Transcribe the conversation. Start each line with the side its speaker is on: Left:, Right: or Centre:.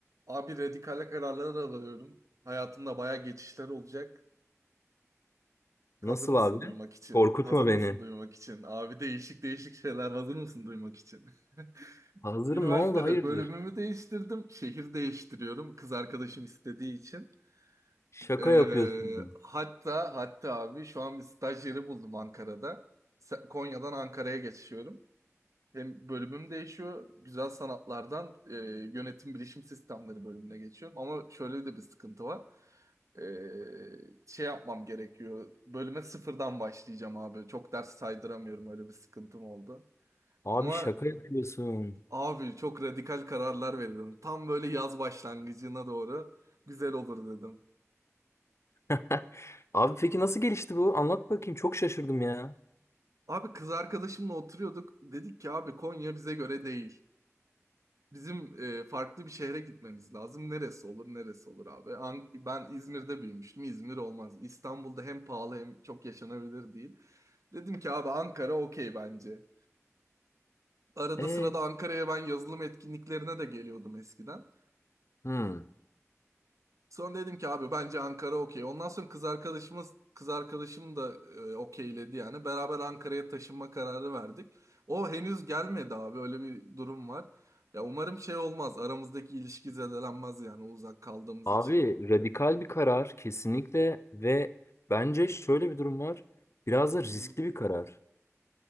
Right: Abi radikale kararlar alıyorum. Hayatımda baya geçişler olacak.
Left: Nasıl
Right: Hazır mısın
Left: abi?
Right: duymak için?
Left: Korkutma
Right: Hazır
Left: beni.
Right: mısın duymak için? Abi değişik değişik şeyler hazır mısın duymak için? <laughs>
Left: Hazırım
Right: Üniversitede
Left: ne oldu hayırdır?
Right: bölümümü değiştirdim. Şehir değiştiriyorum. Kız arkadaşım istediği için.
Left: Şaka
Right: Ee,
Left: yapıyorsun.
Right: hatta hatta abi şu an bir staj yeri buldum Ankara'da. Se- Konya'dan Ankara'ya geçiyorum. Hem bölümüm değişiyor. Güzel sanatlardan e, yönetim bilişim sistemleri bölümüne geçiyorum. Ama şöyle de bir sıkıntı var. E, şey yapmam gerekiyor. Bölüme sıfırdan başlayacağım abi. Çok ders saydıramıyorum. Öyle bir sıkıntım oldu.
Left: Abi
Right: Ama
Left: şaka yapıyorsun.
Right: abi çok radikal kararlar veriyorum. Tam böyle yaz başlangıcına doğru güzel olur dedim.
Left: <laughs> Abi peki nasıl gelişti bu? Anlat bakayım. Çok şaşırdım ya.
Right: Abi kız arkadaşımla oturuyorduk. Dedik ki abi Konya bize göre değil. Bizim e, farklı bir şehre gitmemiz lazım. Neresi olur, neresi olur abi? An- ben İzmir'de büyümüştüm. İzmir olmaz. İstanbul'da hem pahalı hem çok yaşanabilir değil. Dedim ki abi Ankara okey bence. Arada
Left: E,
Right: sırada Ankara'ya ben yazılım etkinliklerine de geliyordum eskiden.
Left: hmm.
Right: Sonra dedim ki abi bence Ankara okey. Ondan sonra kız arkadaşımız kız arkadaşım da e, okeyledi yani. Beraber Ankara'ya taşınma kararı verdik. O henüz gelmedi abi öyle bir durum var. Ya umarım şey olmaz. Aramızdaki ilişki zedelenmez yani uzak kaldığımız
Left: Abi
Right: için.
Left: radikal bir karar kesinlikle ve bence şöyle bir durum var. Biraz da riskli
Right: Hı.
Left: bir karar.